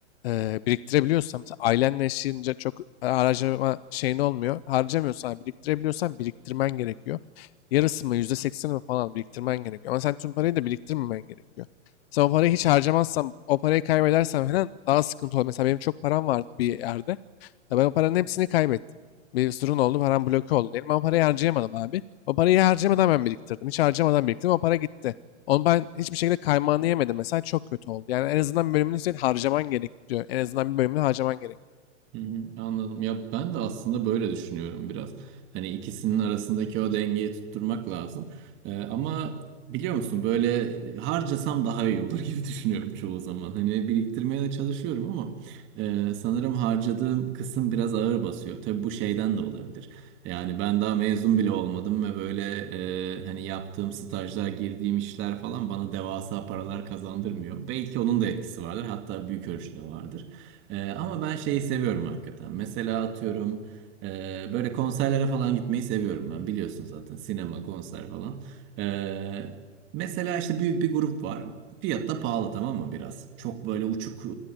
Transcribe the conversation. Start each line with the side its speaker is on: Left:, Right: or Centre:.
Left: eee biriktirebiliyorsan, mesela ailenle yaşayınca çok e, harcama şeyin olmuyor. Harcamıyorsan, biriktirebiliyorsan biriktirmen gerekiyor. Yarısı mı, yüzde seksen mi falan biriktirmen gerekiyor. Ama sen tüm parayı da biriktirmemen gerekiyor. Sen o parayı hiç harcamazsan, o parayı kaybedersen falan daha sıkıntı olur. Mesela benim çok param vardı bir yerde. Ya ben o paranın hepsini kaybettim. Bir sorun oldu, param bloke oldu diyelim. Ben o parayı harcayamadım abi. O parayı harcamadan ben biriktirdim. Hiç harcamadan biriktirdim, o para gitti. Onu ben hiçbir şekilde kaymağını yemedim. Mesela çok kötü oldu. Yani en azından bir bölümünü senin harcaman gerekiyor. En azından bir bölümünü harcaman gerek.
Right: Hı hı, anladım. Ya ben de aslında böyle düşünüyorum biraz. Hani ikisinin arasındaki o dengeyi tutturmak lazım. Ee, ama biliyor musun böyle harcasam daha iyi olur <laughs> gibi düşünüyorum çoğu zaman. Hani biriktirmeye de çalışıyorum ama e, sanırım harcadığım kısım biraz ağır basıyor. Tabii bu şeyden de olabilir. Yani ben daha mezun bile olmadım ve böyle e, hani yaptığım stajlar, girdiğim işler falan bana devasa paralar kazandırmıyor. Belki onun da etkisi vardır. Hatta büyük ölçüde vardır. Ee, ama ben şeyi seviyorum hakikaten. Mesela atıyorum e, böyle konserlere falan gitmeyi seviyorum ben. Biliyorsun zaten sinema, konser falan. Ee, mesela işte büyük bir grup var. Fiyat da pahalı tamam mı biraz? Çok böyle uçuk e,